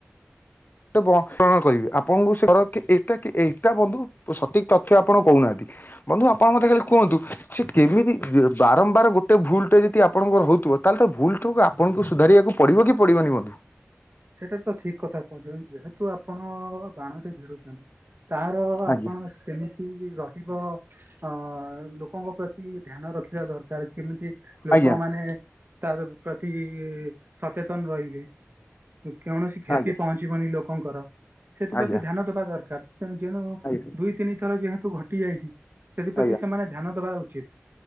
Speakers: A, on the left; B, on the right.
A: <unintelligible> କରିବି ଆପଣଙ୍କୁ ସହର କି ଏଇଟା କି ଏଇଟା ବନ୍ଧୁ ସଠିକ ତଥ୍ୟ ଆପଣ କହୁନାହାନ୍ତି। ବନ୍ଧୁ ଆପଣ ମତେ ଖାଲି କୁହନ୍ତୁ ସେ କେମିତି ବାରମ୍ବାର ଗୋଟେ ଭୁଲ ଟେ ଯଦି ଆପଣଙ୍କର ହଉ ଥିବ ତାହେଲେ ଭୁଲ ଠୁକ୍ ଆପଣଙ୍କୁ ସୁଧାରିବାକୁ ପଡିବ କି ପଡିବନି ବନ୍ଧୁ?
B: ସେଟା ତ ଠିକ କଥା କହୁଛନ୍ତି ଯେହେତୁ ଆପଣ ବାଣଟି ଭିଡୁଛନ୍ତି ତାର ଆପଣ
A: ଆଜ୍ଞା
B: ସେମିତି ରହିବ ଅ ଲୋକଙ୍କ ପ୍ରତି ଧ୍ୟାନ ରଖ ଖିବା ଦରକାର କେମିତି ଲୋକମାନେ
A: ଆଜ୍ଞା
B: ତା ପ୍ରତି ସଚେତନ ରହିବେ। କୌଣସି କ୍ଷତି
A: ଆଜ୍ଞା
B: ପହଞ୍ଚିବନି ଲୋକଙ୍କର। ସେଥିପ୍ରତି
A: ଆଜ୍ଞା
B: ଧ୍ୟାନ ଦବା ଦରକାର ତେ ଯେଣୁ
A: ଆଜ୍ଞା
B: ଦୁଇ, ତିନି ଥର ଯେହେତୁ ଘଟି ଯାଇଛି ସେଥିପ୍ରତି
A: ଆଜ୍ଞା
B: ସେମାନେ ଧ୍ୟାନ ଦବା ଉଚିତ।